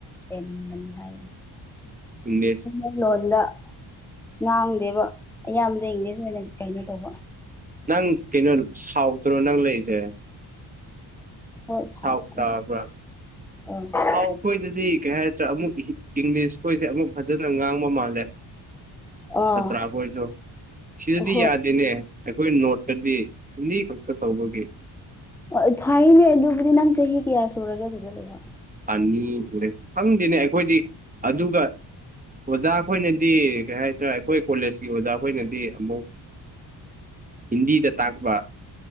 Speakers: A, in the centre; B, on the right.
A: ꯌꯥꯝꯕꯅꯤ ꯍꯥꯏꯌꯦ
B: ꯏꯪꯂꯤꯁ
A: ꯑ ꯂꯣꯟꯗ ꯉꯥꯡꯗꯦꯕ ꯑꯌꯥꯝꯕꯗ ꯏꯪꯂꯤꯁ ꯀꯩꯅꯣ ꯇꯧꯕ
B: ꯅꯪ ꯀꯩꯅꯣ ꯁꯥꯎꯗ꯭ꯔꯣ ꯅꯪ ꯂꯩꯔꯤꯁꯦ
A: ꯍꯣꯏ ꯁꯥꯎꯇ꯭ꯔꯦ
B: ꯁꯥꯎ ꯇꯥꯕ꯭ꯔꯥ
A: ꯑꯥ
B: ꯁꯥꯎꯈꯣꯏꯗꯗꯤ ꯀꯩ ꯍꯥꯏꯦ ꯅ꯭ꯔ ꯑꯃꯨꯛ ꯏꯪꯂꯤꯁ ꯈꯣꯏꯁꯦ ꯑꯃꯨꯛ ꯐꯖꯅ ꯉꯥꯡꯕ ꯃꯥꯜꯂꯦ
A: ꯑꯥ
B: ꯈꯠꯇ꯭ꯔꯥꯈ ꯑꯣꯏꯔꯁꯨ ꯁꯤꯗꯗꯤ
A: ꯍꯣꯏ
B: ꯌꯥꯗꯦꯅꯦ ꯑꯩꯈꯣꯏ ꯅꯣꯠ ꯍꯥꯏꯗꯤ ꯂꯤ ꯈꯛꯇ ꯇꯧꯕꯒꯤꯦ
A: ꯑꯣ ꯊꯅꯦ ꯑꯗꯨꯕꯨꯗꯤ ꯅꯪ ꯆꯍꯤ ꯀꯌꯥ ꯁꯨꯔꯒꯦ ꯑꯗꯨꯗ ꯂꯩꯕꯣ
B: ꯑꯅꯤꯨꯔꯦ ꯈꯪꯗꯦꯅꯦ ꯑꯩꯈꯣꯏꯗꯤ ꯑꯗꯨꯒ ꯑꯣꯖꯥ ꯑꯩꯈꯣꯏꯅꯗꯤ ꯀꯩ ꯍꯥꯏꯁꯤꯔꯥ ꯑꯩꯈꯣꯏ ꯀꯣꯂꯦꯖꯀꯤ ꯑꯣꯖꯥ ꯑꯩꯈꯣꯏꯅꯗꯤ ꯑꯃꯨꯛ ꯍꯤꯟꯗꯤꯗ ꯇꯥꯛꯄ